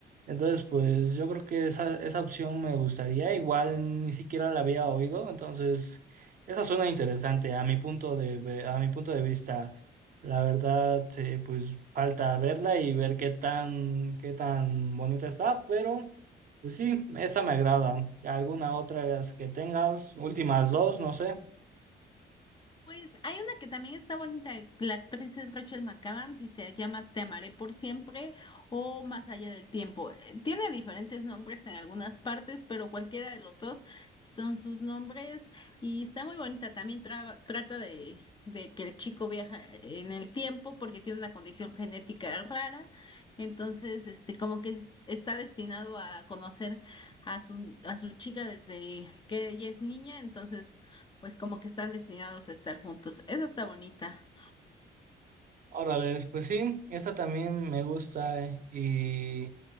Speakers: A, on the right; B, on the left.
A: Entonces, pues yo creo que esa, esa opción me gustaría, igual ni siquiera la había oído, entonces esa suena interesante a mi punto de, ve- a mi punto de vista. La verdad, eh, pues falta verla y ver qué tan, qué tan bonita está, pero pues sí, esa me agrada. ¿Alguna otra que tengas? Últimas dos, no sé.
B: Pues hay una que también está bonita, la actriz es Rachel McAdams y se llama Te amaré por siempre o Más allá del tiempo. Eh, Tiene diferentes nombres en algunas partes, pero cualquiera de los dos son sus nombres y está muy bonita. También traba- trata de, de que el chico viaja en el tiempo porque tiene una condición genética rara, entonces este como que es- está destinado a conocer a su, a su chica desde que ella es niña, entonces pues como que están destinados a estar juntos. Esa está bonita.
A: Órale, pues sí, esa también me gusta eh, y,